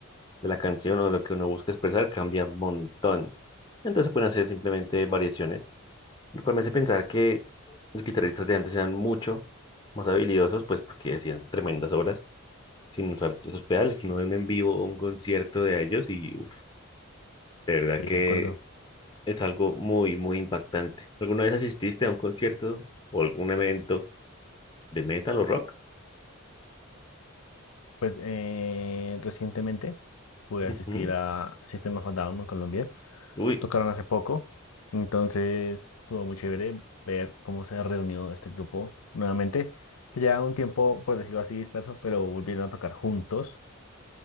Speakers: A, on the left; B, on the left.
A: de la canción o lo que uno busca expresar cambia un montón. Entonces se pueden hacer simplemente variaciones, lo cual me hace pensar que los guitarristas de antes eran mucho más habilidosos, pues porque hacían tremendas obras sin usar esos pedales. Uno ve un en vivo, un concierto de ellos y uf, de verdad
B: sí,
A: que
B: de acuerdo.
A: es algo muy, muy impactante. ¿Alguna vez asististe a un concierto o algún evento de metal o rock?
B: Pues eh, recientemente pude
A: Ujú.
B: asistir a System of a Down en Colombia.
A: Uy,
B: Tocaron hace poco, entonces estuvo muy chévere ver cómo se reunió este grupo nuevamente, que ya un tiempo, por decirlo así, disperso, pero volvieron a tocar juntos